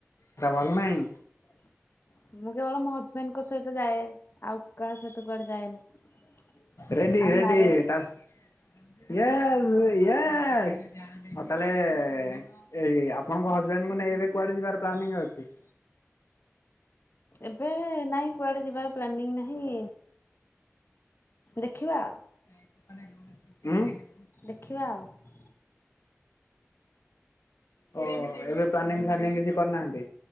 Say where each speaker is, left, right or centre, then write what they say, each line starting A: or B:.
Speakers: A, on the left; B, on the left.
A: ହେଟା ଭଲ ନାଇଁ।
B: <inaudible> ମୁଁ କେବଳ ମୋ ହଜବେଣ୍ଡଙ୍କ ସହିତ ଯାଏ ଆଉ କାହା ସହିତ କୁଆଡେ ଯାଏନି।
A: ରେଡ୍ଡି
B: ଆମ
A: ରେଡ୍ଡି
B: ମ୍ୟାରେଡ
A: ତାର ୟେସ୍ ୟେସ୍ ଆଉ ତାହେଲେଏ-ଏ-ଏ ଏଇ ଆପଣଙ୍କ ହଜବ୍ୟାଣ୍ଡଙ୍କୁ ନେଇ ଏବେ କୁଆଡେ ଯିବାର ପ୍ଲାନିଂ ଅଛି?
B: ଏବେ ନାଇଁ କୁଆଡେ ଯିବାର ପ୍ଲାନିଙ୍ଗ୍ ନାହିଁ ଦେଖିବା ଆଉ
A: କେ
B: ଦେଖିବା ଆଉ।
A: ଓ ଏବେ ପ୍ଲାନିଂ ଫ୍ଲାନିଂ କିଛି କରିନାହାନ୍ତି?